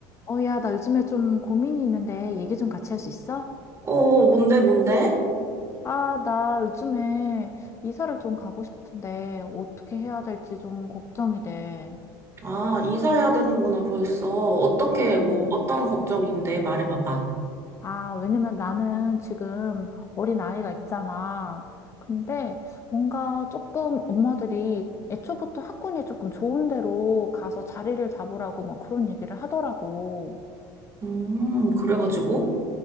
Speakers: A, on the left; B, on the right.
A: 어, 야, 나 요즘에 좀 고민이 있는데 얘기 좀 같이 할 수 있어?
B: 어, 어, 뭔데, 뭔데?
A: 아, 나 요즘에 이사를 좀 가고 싶은데 어떻게 해야 될지 좀 걱정이 돼.
B: 아, 이사해야 되는구나, 벌써. 어떻게,
A: 어.
B: 뭐, 어떤 걱정인데, 말해봐봐.
A: 아, 왜냐면 나는 지금 어린 아이가 있잖아. 근데 뭔가 조금 엄마들이 애초부터 학군이 조금 좋은 데로 가서 자리를 잡으라고 막 그런 얘기를 하더라고.
B: 음, 그래가지고?